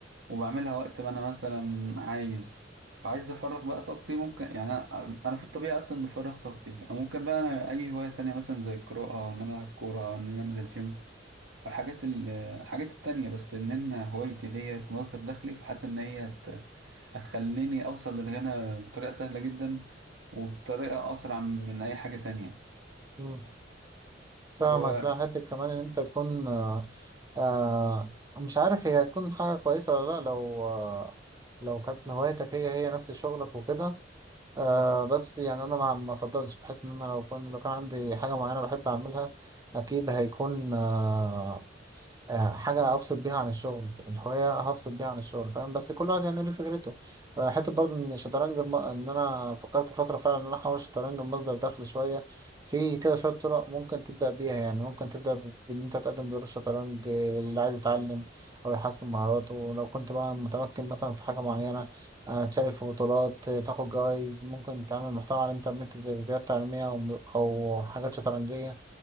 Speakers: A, on the right; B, on the right.
A: وبعملها وقت ما انا مثلا عايز عايز افرغ بقى طاقتي ممكن يعني انا أنا في الطبيعه اصلا بفرغ طاقتي او ممكن بقى أنا اي هوايه تانية مثلا زي القراءه او ان انا العب كوره او ان انا انزل جيم والحاجات ال- الحاجات التانية بس ان انا هوايتي ديت مصدر دخلي فحاسس ان هي هت- هتخليني اوصل للغنى بطريقه سهله جدا وبطريقه اسرع من اي حاجه تانية
B: مم. فاهمك
A: وفي
B: لا حتى كمان ان انت تكون آه آه مش عارف هي هتكون حاجة كويسة ولا لا لو آه لو كانت هوايتك هي هي نفس شغلك وكده آه بس يعني انا ما ما افضلش بحس ان انا لو كنت لو كان عندي حاجة معينة بحب اعملها اكيد هيكون آه آه، حاجة أفصل بيها عن الشغل الهواية هفصل بيها عن الشغل فاهم بس كل واحد يعني ليه فكرته آه، حتى برضه إن الشطرنج الم... إن أنا فكرت فترة فعلا إن أنا أحول الشطرنج لمصدر دخل شوية في كده شوية طرق ممكن تبدأ بيها يعني ممكن تبدأ ب- بإن أنت تقدم دروس شطرنج آه، اللي عايز يتعلم أو يحسن مهاراته لو كنت بقى متمكن مثلا في حاجة معينة آه، تشارك في بطولات آه، تاخد جوائز ممكن تعمل محتوى على الإنترنت زي فيديوهات تعليمية أو أو حاجات شطرنجية